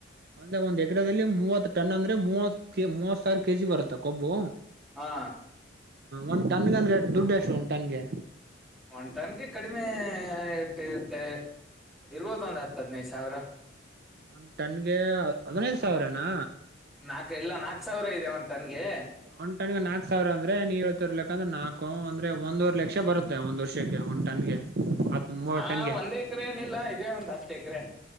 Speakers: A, on the right; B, in the centre.
A: ಅಂದ್ರೆ ಒಂದಎಕರೆದಲ್ಲಿ ಮೂವತ್ತು ಟನ್ ಅಂದ್ರೆ ಮೂವತ್, ಮೂವತ್ ಸಾವಿರ ಕೆಜಿ ಬರುತ್ತೆ. ಕೊಬ್ಬು
B: ಹಾ
A: ಒಂದ್ ಟನ್ಗೆ ಅಂದ್ರೆ ಎಷ್ಟ ದುಡ್ಡು ಎಷ್ಟು ಒಂದ ಟನ್ಗೆ.
B: ಒಂದ ಟನ್ಗೆ ಕಡಿಮೆ ಇರುತ್ತೆ. ಇರ್ಬೋದು ಒಂದು ಹತ್ತು ಹದಿನೈದು ಸಾವಿರ.
A: ಒಂದು ಟನ್ಗೆ ಹದ್ನೈದು ಸಾವಿರನಾ
B: ನಾಕು ಇಲ್ಲ ನಾಕ್ ಸಾವಿರ ಇದೆ ಒಂದಟನ್ಗೆ
A: ಒಂದಟನ್ಗೆ ನಾಕ್ ಸಾವಿರ ಅಂದ್ರೆ ನೀವ ಹೇಳ್ತಿರ್ ಲೆಕ್ಕ, ಅಂದ್ರೆ ನಾಕು ಅಂದ್ರೆ ಒಂದುವರೆ ಲಕ್ಷ ಬರುತ್ತೆ. ಒಂದ್ ವರ್ಷಕ್ಕೆ ಒಂದ್ ಟನ್ಗೆ. ಹತ್ ಮೂವತ್
B: ಹಾ,
A: ಟನ್ಗೆ
B: ಒಂದ್ ಎಕರೆ ಏನಿಲ್ಲ ಇದೇ ಒಂದ್ ಹತ್ತು ಎಕರೆ.